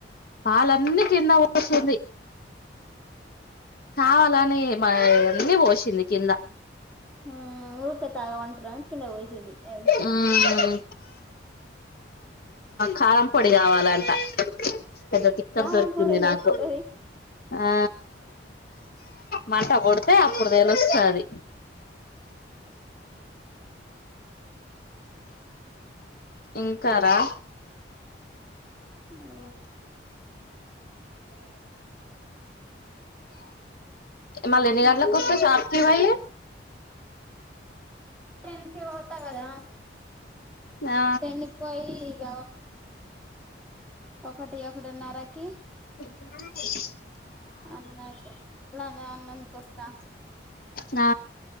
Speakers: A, on the left (about 50°); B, in the centre.
A: పాలన్నీ కింద ఓసింది కావాలని మ అన్నీ పోసింది కింద
B: ఉ ఊకే తాగుమంటారని కింద పోషింది మంచిగా
A: మ్మ్ కారం పొడి కావాలంట పెద్ద తిక్కల్దొరికింది
B: కారం పొడి ఏం
A: నాకు
B: చేసుకుంటది
A: ఆ మంట కొడితే అప్పుడు తెలుస్తది ఇంకారా
B: అ
A: మల్ల ఎన్ని గంట్లోకి
B: అదేనే
A: వస్తా షాప్కి బోయ్యి
B: టెన్కి పోతా గదా
A: ఆ
B: టెన్కి పోయి ఇగ ఒకటి ఒకటిన్నరకి
A: న
B: అన్నాయిపో మనే అన్ననికిొస్తా
A: ఆ